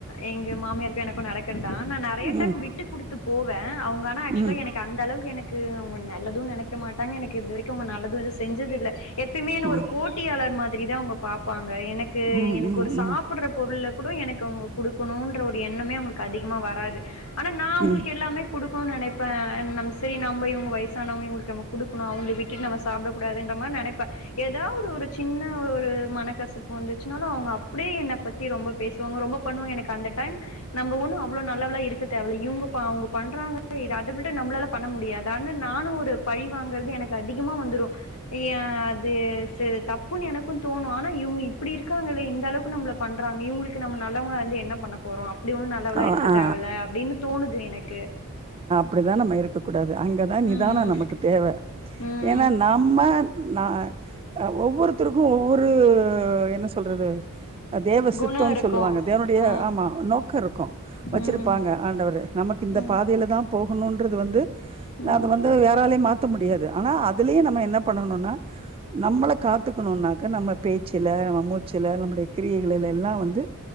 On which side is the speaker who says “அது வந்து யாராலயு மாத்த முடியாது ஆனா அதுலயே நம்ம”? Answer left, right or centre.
Right